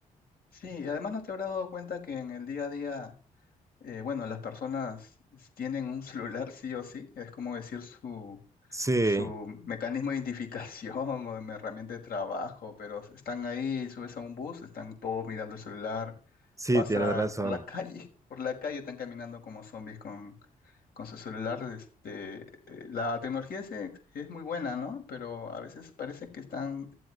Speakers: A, on the left; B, on the right.
A: Sí, y además no te habrás dado cuenta que en el día a día eh, bueno, las personas tienen un celular sí o sí, es como decir su,
B: Sí,
A: su mecanismo de identificación <laughs> o de herramienta de trabajo, pero están ahí, subes a un bus, están todos mirando el celular,
B: sí,
A: vas
B: tienes
A: a,
B: razón.
A: por la calle, <laughs> por la calle están caminando como zombies con, con su celular. Este, eh, la tecnología se- es muy buena, ¿no? Pero a veces parece que están